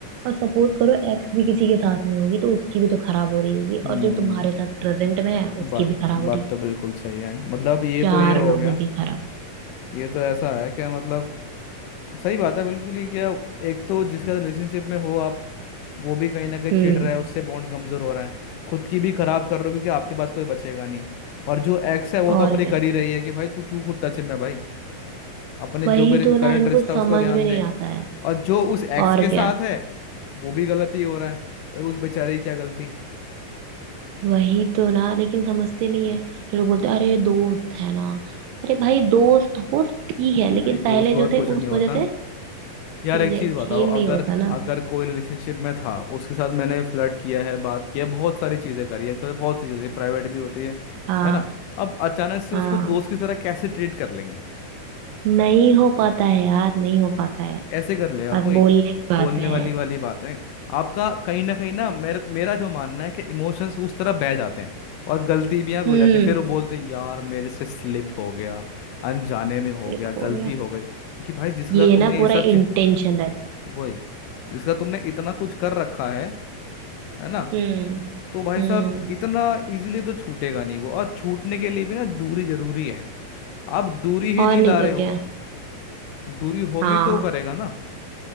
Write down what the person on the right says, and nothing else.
और सपोज करो एक्स भी किसी के साथ में होगी तो उसकी भी तो खराब हो रही होगी
और जो तुम्हारे साथ प्रेजेंट में है उसकी
भी खराब हो
रही
चार
लोगों
की खराब
हम्म
और
क्या
वही
तो
ना इनको
समझ
में नहीं
आता है
और
क्या
वही तो ना लेकिन समझते नहीं है ये लोग बोलते हैं अरे दोस्त है ना अरे भाई दोस्त हो ठीक है
लेकिन पहले
जो थे
उस
वजह से
यकीन
नहीं
होता ना
हाँ
हाँ
नहीं हो पाता है यार नहीं हो पाता है
बस
बोलने की बातें
हैं
हम्म
flip
हो
गया
ये
ना
पूरा
इंटेंशन रहता है
हम्म
हम्म
और
नहीं
तो
क्या
हाँ